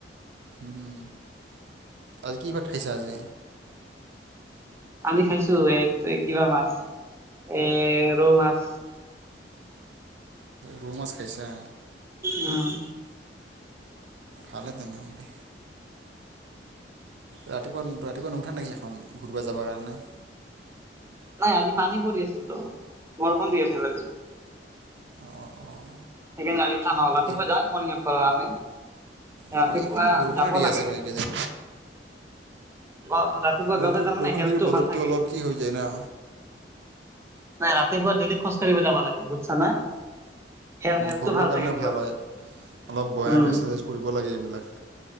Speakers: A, on the right; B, on the right.
A: উম, আজি কি ভাত খাইছা আজি?
B: আমি খাইছোঁ এই কিবা মাছ এ, ৰৌ মাছ।
A: ৰৌ মাছ খাইছা?
B: উম।
A: ভালে তেনেহ'লে। ৰাতিপুৱা ৰাতিপুৱা নুঠা নেকি এখন ঘূৰিব যাব কাৰণে?
B: নাই আজি পানী পৰি আছিলতো, বৰষণ দি আছিল আজি।
A: অ' অ'
B: সেইকাৰনে আজি উঠা নহ'ল, ৰাতিপুৱা
A: এই
B: যাওঁ মৰ্নিং ৱাকিঙৰ কাৰণে।
A: অ'
B: ৰাতিপুৱা
A: এইকেইদিন বৰষুণে
B: যাব
A: দি
B: লাগে।
A: আছে আৰু এইকেইদিন
B: অ ৰাতিপুৱা
A: বষু-বৰষুণ
B: গ'লে তাৰমানে হেল্থটো
A: দিলে বতৰতটো
B: ভাল থাকে
A: অলপ কি হৈ যায় না।
B: নাই ৰাতিপুৱা দেলি খোজকাঢ়িব যাবা লাগে বুজছা না। হেল হেল্থটো
A: শৰীৰৰ কাৰণে
B: থাকে নিজৰ
A: ভাল হয়। অলপ ব্যায়াম
B: উম।
A: এক্সাৰচাইজ কৰিব লাগে এইবিলাক।